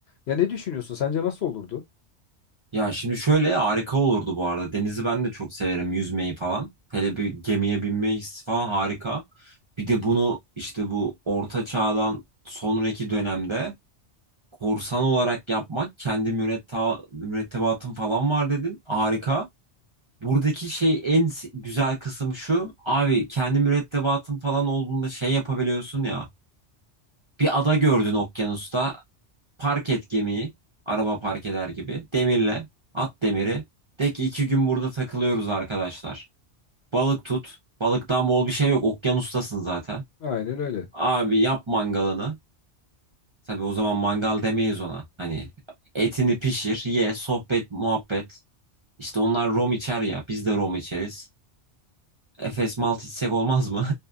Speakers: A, on the left; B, on the right.
A: Ya ne düşünüyorsun? Sence nasıl olurdu?
B: Ya şimdi şöyle harika olurdu bu arada. Denizi ben de çok severim yüzmeyi falan. Hele bir gemiye binmeyi falan harika. Bir de bunu işte bu orta çağdan sonraki dönemde korsan olarak yapmak kendi müretta, mürettebatın falan var dedin. Harika. Buradaki şey en s- güzel kısım şu. Abi kendi mürettebatın falan olduğunda şey yapabiliyorsun ya. Bir ada gördün okyanusta. Park et gemiyi. Araba park eder gibi. Demirle. At demiri. De ki iki gün burada takılıyoruz arkadaşlar. Balık tut. Balıktan bol bir şey yok. Okyanustasın zaten.
A: Aynen öyle.
B: Abi yap mangalını. Tabii o zaman mangal demeyiz ona. Hani etini pişir, ye, sohbet, muhabbet. İşte onlar rom içer ya. Biz de rom içeriz. Efes malt içsek olmaz mı?